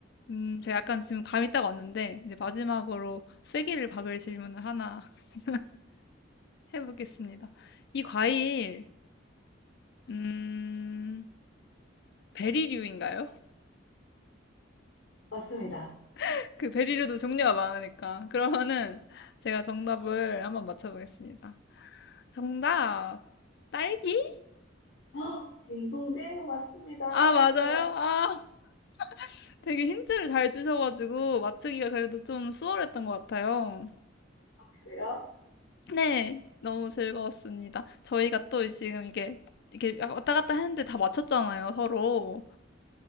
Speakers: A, on the left (about 60°); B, on the left (about 85°).
A: 음, 제가 약간 지금 감이 딱 왔는데, 이제 마지막으로 쐐기를 박을 질문을 하나 <laughs> 해보겠습니다. 이 과일, 음, 베리류인가요?
B: 맞습니다.
A: <laughs> 그 베리류도 종류가 많으니까. 그러면은 제가 정답을 한번 맞춰보겠습니다. 정답! 딸기?
B: 헉, 딩동댕 맞습니다.
A: 아,
B: 딸기예요.
A: 맞아요? 아, <laughs> 되게 힌트를 잘 주셔가지고 맞추기가 그래도 좀 수월했던 것 같아요.
B: 그래요?
A: 네, 너무 즐거웠습니다. 저희가 또 지금 이게, 이게 왔다 갔다 했는데 다 맞췄잖아요, 서로.